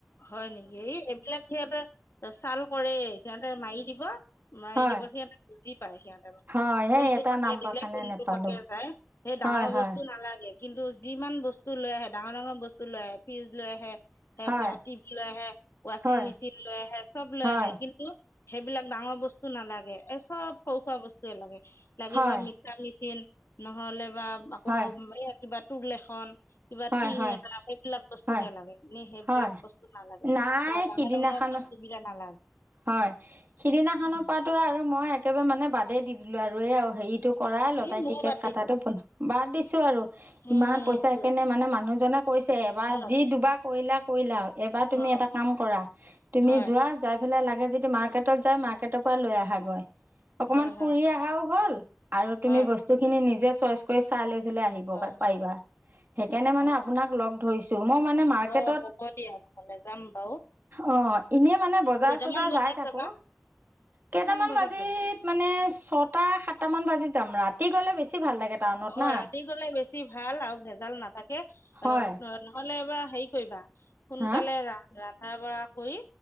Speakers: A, on the left; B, on the right.
A: হয় নেকি, এই এইবিলাক সিহঁতে ছাল কৰে এই সিহঁতে মাৰি দিব। মাৰি
B: হয়
A: দিব, সিহঁতে বুজি। পাই সিহঁতেৰ।
B: হয় সেই
A: কোনটো
B: এটা
A: পাকে
B: নাম্বাৰ
A: দিলে
B: কাৰণে
A: কোনটো
B: নেপালোঁ
A: পাকে যায়, সেই ডাঙৰ
B: হয় হয়
A: বস্তু নালাগে। কিন্তু যিমান বস্তু লৈ আহে, ডাঙৰ ডাঙৰ বস্তু লৈ আহে। ফ্ৰিজ লৈ আহে সেহেতে।
B: হয়
A: লৈ আহে ৱাচিং
B: হয়,
A: মেচিন লৈ আহে চব লৈ
B: হয়,
A: আহে কিন্তু সেইবিলাক ডাঙৰ বস্তু নালাগে, এ। চব সৰু-সুৰা বস্তুৱয়ে লাগে। লাগিব
B: হয়,
A: মিক্সাৰ মেচিন, নহ'লে। বা আকৌ
B: হয়,
A: এ কিবা তুল এখন কিবা
B: হয়,
A: টিং
B: হয়,
A: এটা সেইবিলাক বস্তু
B: হয়,
A: হে লাগে এনেে সেইবিলাক
B: হয়,
A: বস্তু নালাগে
B: নাই
A: ডাঙৰ
B: সিদিনাখন।
A: ডাঙৰ বস্তু কেইটা নালাগে
B: হয়। সিদিনাখনৰ
A: উম,
B: পৰাটো আৰু। মই একেবাৰে মানে বাদে দি দিলো আৰু, এই হেৰিটো কৰা লতাৰি
A: এই ময়ো
B: টিকেট
A: বাদ
B: কটাটো
A: দিলো
B: বন্ধ। বাদ দিছো আৰু
A: উম
B: ইমান পইচা সনেে মানে মানুহজনে কৈছে এবাৰ
A: হয়
B: যি দুবাক কৰিলা কৰিলা এবাৰ
A: হয়
B: তুমি এটা কাম কৰা তুমি
A: হয়,
B: যোৱা য সেইফালে লাগে যদি মাৰ্কেটত যায় মাৰ্কেটৰ পৰা লৈ আহা গৈ। অকনমান
A: হয়, হয়,
B: ফুৰি অহাও হ'ল। আৰু তুমি
A: হয়,
B: বস্তুখিনি, নিজে চইচ কৰি চাই লৈ পেলাই আহিব
A: হয়,
B: পাৰিবা। কেনে মানে
A: অ',
B: আপোনাক লগ
A: হয়
B: ধৰিছো,
A: নেকি?
B: মই মানে মাৰ্কেটত।
A: অ', হ'ব দিয়া নহ'লে যাম বাৰু।
B: অহ। এনে মানে বজাৰ
A: কেইটামান
B: চজাৰ
A: বজাত
B: যাই থাকো।
A: যাবা?
B: কেইটামান
A: বজাত
B: বাজিত
A: যাবা?
B: মানে ছটা সাতটা মান বাজিত যাম, ৰাতি গ'লে বেছি ভাল লাগে। টাউনত
A: অহ'
B: না
A: ৰাতি গ'লে বেছি ভাল, আৰু ভেজাল নাথাকে
B: হয়
A: অহ, নহ'লে এবাৰ। হেৰি কৰিবা সোনকালে,
B: হা
A: ৰা-ৰান্ধা বঢ়া কৰি,